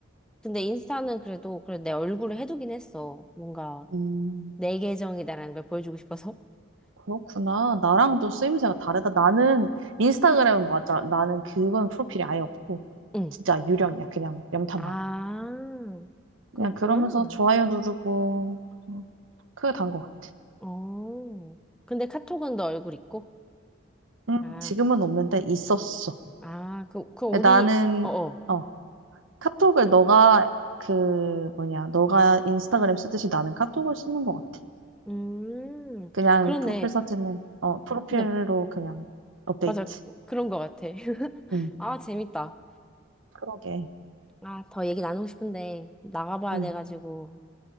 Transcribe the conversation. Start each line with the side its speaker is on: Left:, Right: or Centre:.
Centre: 근데 인스타는 그래도 그래도 내 얼굴을 해두긴 했어. 뭔가
Right: 음,
Centre: 내 계정이다라는 걸 보여주고 싶어서. <laughs>
Right: 그렇구나. 나랑 또 쓰임새가 다르다. 나는 인스타그램은 맞아. 나는 그건 프로필이 아예 없고
Centre: 응.
Right: 진짜 유령이야. 그냥 염탐만.
Centre: 아,
Right: 해. 그냥
Centre: 그렇구나.
Right: 그러면서 좋아요 누르고 그냥 크게 단것 같아.
Centre: 어. 근데 카톡은 너 얼굴 있고?
Right: 음,
Centre: 아,
Right: 지금은 없는데 있었어.
Centre: 아, 그, 그 우리,
Right: 근데 나는
Centre: 어, 어.
Right: 어, 카톡을 너가 그 뭐냐, 너가 인스타그램 쓰듯이 나는 카톡을 쓰는 것 같아.
Centre: 음,
Right: 그냥
Centre: 그렇네.
Right: 프로필 사진은 어, 프로필로
Centre: 그니까,
Right: 그냥 업데이트.
Centre: 맞아. 그, 그런 것 같아. <laughs>
Right: 음,
Centre: 아, 재밌다.
Right: 그러게.
Centre: 아, 더 얘기 나누고 싶은데, 나가봐야
Right: 음,
Centre: 돼가지고.